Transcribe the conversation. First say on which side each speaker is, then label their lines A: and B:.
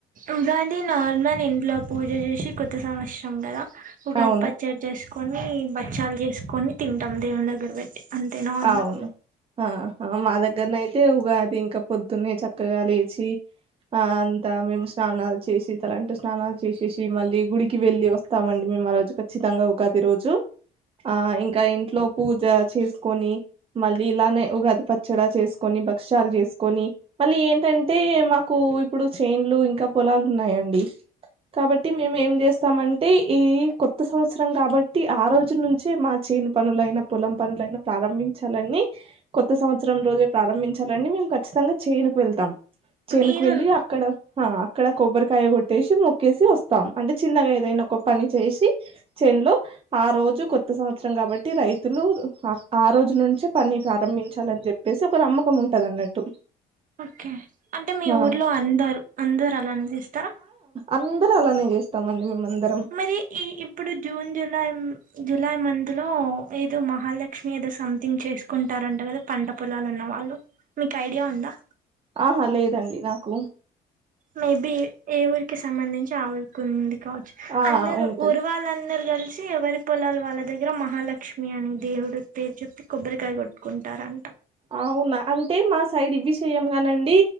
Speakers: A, on the right; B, on the right.
A: ఉగాది నార్మల్ ఇంట్లో పూజ చేసి కొత్త సంవత్సరం కదా ఉగాది
B: అవును
A: పచ్చడి చేసుకొని బచ్చాలు చేసుకొని తింటాం దేవుని దగ్గర పెట్టి అంతే నార్మల్
B: అవును ఆ హ మా దగ్గరన అయితే ఉగాది ఇంకా పొద్దున్నే చక్కగా లేచి ఆ అంతా మేము స్నానాలు చేసి తలంటు స్నానాలు చేసేసి మళ్ళీ గుడికి వెళ్ళి వ స్తామండి మేము ఆ రోజు ఖచ్చితంగా ఉగాది రోజు ఆ ఇంకా ఇంట్లో పూజ చేసి కొని మళ్ళీ ఇలానే ఉగాది పచ్చడా చేసుకొని, భక్ష్యాలు చేసుకొని మళ్ళీ ఏంటంటే మాకు ఇప్పుడు చేన్లు ఇంకా పొలాలు ఉన్నాయండి. కాబట్టి మేము ఏం చే సాం అంటే ఏ ఈ కొత్త సంవత్సరం కాబట్టి ఆ రోజు నుంచే మా చేను పనులైనా, పొలం పనులైనా ప్రారంభించాలని కొత్త సంవత్సరం రోజే ప్రారంభించాలని మేము ఖచ్చితంగా చేనుకు వెళ్తాం. చేనుకు
A: మీరు
B: వెళ్లి అక్కడ హ అక్కడ కొబ్బరికాయ కొట్టేసి మొక్కేసి వస్తాం అంటే చిన్నగా ఏదైనా ఒక పని చేసి చెన్ లో ఆ రోజు కొత్త సంవత్సరం కాబట్టి రైతులు హ ఆ రోజు నుంచే పని ప్రారంభించాలని చెప్పేసి ఒక నమ్మకం ఉంటది అన్నట్టు.
A: ఓకే అంటే మీ
B: ఆ
A: ఊరిలో అందర్ అందరు అలా చేస్తారా
B: అందర అలానే చేస్తామండి మేము అందరం
A: మీది ఈ ఇప్పుడు జూన్ జులై జులై మంత్లో ఏదో మహాలక్ష్మి ఏదో సంథింగ్ చేసు కుంటారంట కదా పంట పొలాలు ఉన్నవాళ్ళు మీకు ఐడియా ఉందా
B: ఆహా లేదండి నాకు
A: మేబి ఏ ఊరికి సంబంధించి ఆ ఊరికి కుంది కావచ్చు
B: ఆ
A: అందరు
B: ఉంటది
A: ఊరు వాళ్ళందరు కలిసి ఎవరి పొలాలు వాళ్ళ దగ్గర మహాలక్ష్మి అని దేవుడు పేరు చెప్పి కొబ్బరికాయ కొట్టుకుంటారంట
B: అవునా అంటే మా సైడ్ ఇవి చెయంగానండి